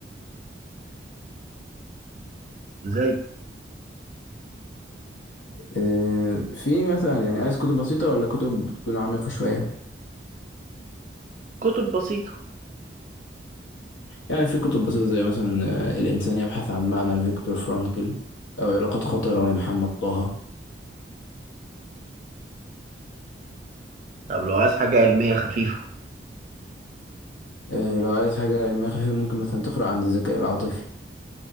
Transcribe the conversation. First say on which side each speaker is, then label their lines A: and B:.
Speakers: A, on the right; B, on the left.
A: زي
B: آه، في مثلا يعني عايز كتب بسيطة ولا كتب تكون عميقة شوية
A: كتب بسيطة
B: يعني في كتب بسيطة زي مثلا آه، الإنسان يبحث عن معنى لفيكتور فرانكل أو علاقات خطرة لمحمد طه
A: طب لو عايز حاجة علمية خفيفة
B: آه، لو عايز حاجة علمية خفيفة ممكن مثلا تقرأ عن الذكاء العاطفي